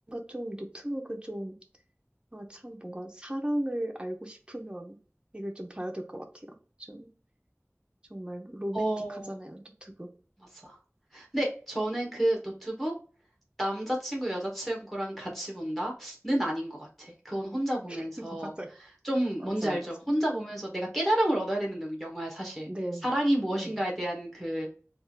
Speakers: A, on the right (about 20°); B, in the centre.
A: 좀 노트북은 좀, 아, 참 뭔가 사랑을 알고 싶으면 이걸 좀 봐야 될 것 같아요. 좀 정말 로맨틱하잖아요,
B: 어,
A: 노트북.
B: 맞아. 근데 저는 그 노트북 남자친구, 여자친구랑 같이 본다는 아닌 것 같아. 그건 혼자 보면서
A: <laughs> 맞아요.
B: 좀
A: 맞아요,
B: 뭔지 알죠?
A: 맞아요.
B: 혼자 보면서 내가 깨달음을 얻어야 되는 영- 화야 사실.
A: 네,
B: 사랑이 무엇인가에
A: 네,
B: 대한 그